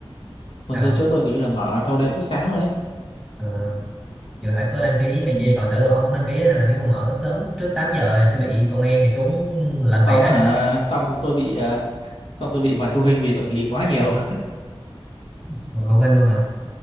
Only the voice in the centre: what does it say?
sao
không
Ờ. vậy là phải có đăng ký này
kia còn chỗ tôi ông không đăng ký á, nên là nếu mà mở sớm trước 8 giờ sẽ bị công an này xuống làm việc
á
Mà phụ huynh luôn hả